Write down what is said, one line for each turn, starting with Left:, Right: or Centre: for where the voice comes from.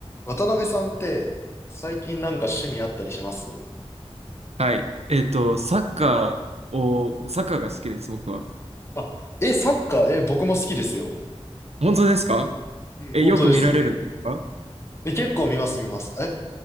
Left: 渡辺さんって、最近なんか趣味あったりします
Right: はい。えっと、サッカーを、サッカーが好きです、僕は。
Left: あ、え、サッカー、え、僕も好きですよ。
Right: 本当ですか
Left: うん、
Right: え、
Left: 本当です。
Right: よく見られるんですか
Left: え、結構見ます、見ます。え、